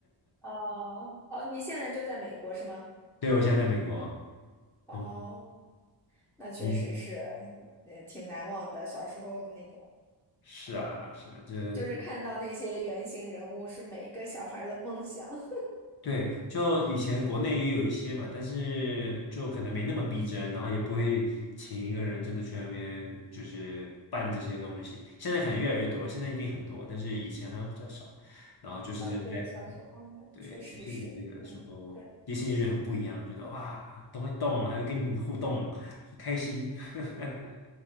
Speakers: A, in the centre; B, on the left.
A: 哦，哦，你现在就在美国是吗？
B: <laughs> 对我现在在美国，
A: 哦，
B: 嗯嗯。
A: 那确实是，
B: 你
A: 呃，挺难忘的。小时候那个。
B: 是啊，是啊，这
A: 就是看到那些原型人物是每一个小孩儿的梦想。<laughs>
B: 对，就以前国内也有一些嘛，但是就可能没那么逼真，然后也不会请一个人真的去那边就是办这些东西。现在可能越来越多，现在一定很多，但是以前好像比较少。然后就是在
A: 嗯，对，小时候呢，
B: 对迪士尼这个时候，
A: 确实是，嗯，对，
B: 迪士尼就觉得很不一样，觉得哇都会动，还会跟你互动，很开心。<laughs>